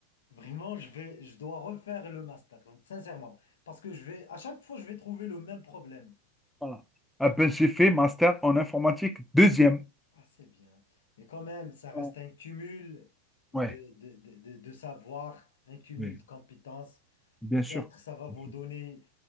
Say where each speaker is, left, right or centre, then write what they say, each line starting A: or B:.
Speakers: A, on the left; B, in the centre.
A: Vraiment, je vais, je dois refaire le master, sincèrement. Parce que je vais, à chaque fois, je vais trouver le même problème.
B: Voilà. Ah ben, j'ai fait master en informatique deuxième.
A: Ah, c'est bien. Mais quand même, ça reste
B: Voilà.
A: un cumul de,
B: Ouais,
A: de, de, de- de savoir, un cumul
B: oui,
A: de compétences.
B: bien
A: Peut-être
B: sûr.
A: ça va vous
B: Bien sûr.
A: donner,